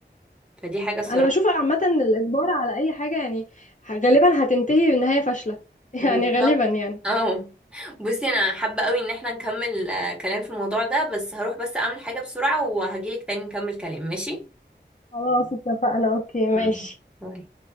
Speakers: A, in the centre; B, on the left.
A: فدي حاجه الصراحه
B: انا بشوف عامة الاجبار على اي حاجة يعني ه- غالبا هتنتهي بنهاية فاشلة <laughs>
A: بالظبط
B: يعني غالبا يعني
A: اه بصي انا حابه قوي ان احنا نكمل آه، كلام في الموضوع ده بس هروح بس اعمل حاجه بسرعه وهجيلك تاني نكمل كلام ماشي
B: خلاص اتفقنا اوكي ماشي
A: مم. باي